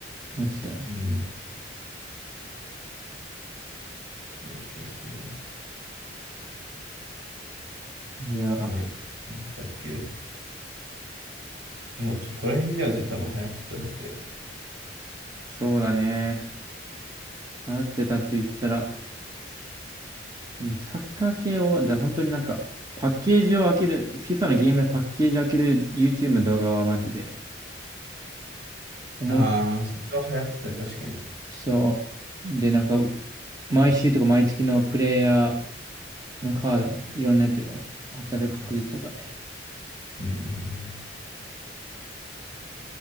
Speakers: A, on the right (about 20°); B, on the right (about 75°).
A: やってたよ。
B: うん。そうそうそう。
A: いや、
B: あとね、なんだっけ。でもそこら辺だよね、多分流行ってたのって。
A: そうだね。流行ってたと言ったら、でもサッカー系を、だ本当になんか、パッケージを開ける、FIFA のゲームのパッケージ開ける YouTube の動画はマジで、おもろ
B: ああ、それは流行ってたね、確かに。
A: そう。で、なんか、毎週とか毎月のプレイヤーのカード、いろんなやつが当たる確率とかね。
B: うんうんうん。